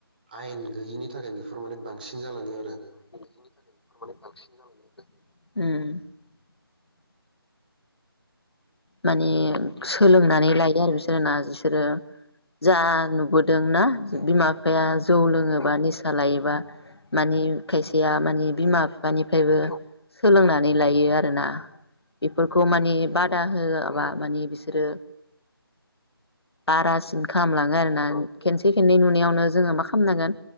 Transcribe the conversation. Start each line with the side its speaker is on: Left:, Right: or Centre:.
Right: आयेन गैयिनि थाखाय बेफोर माने बांसिन जालाङो आरो
Left: <unintelligible> बांसिन जायो उम <unintelligible> मानि सोलोंनानै लायो आरो बिसोरो ना बिसोरो जा नुबो दों ना
Right: औ
Left: बिमा बिफाया जौ लोङोबा निसा लायोबा मानि खायसे या मानि
Right: बेयाव
Left: बिमा बिफानि फायबो सोलोंनानै लायो आरोना? फोर माने
Right: औ
Left: बाद मा माने बिसोरो बारासिन खालामलाङो आरोना खेनसे खननै नुनायावनो जोङो मा खालामनांगोन